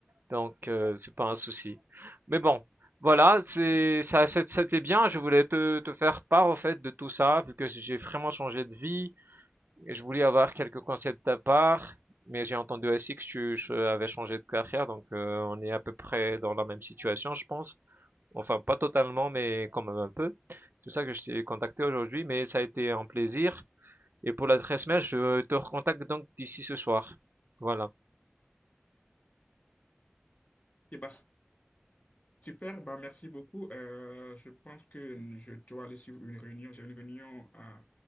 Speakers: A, on the right; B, on the left.
A: Donc, euh, c'est pas un souci. Mais bon, voilà, c'est ça, c'est- c'était bien. Je voulais te, te faire part au fait de tout ça, vu que j'ai vraiment changé de vie. Et je voulais avoir quelques conseils de ta part, mais j'ai entendu aussi que tu je- avais changé de carrière, donc euh, on est à peu près dans la même situation, je pense. Enfin, pas totalement, mais quand même un peu. C'est pour ça que je t'ai contacté aujourd'hui, mais ça a été un plaisir. Et pour l'adresse mail, je te recontacte donc d'ici ce soir. Voilà.
B: et bah, super, bah, merci beaucoup. Euh, je pense que je dois aller suivre une réunion. J'ai une réunion à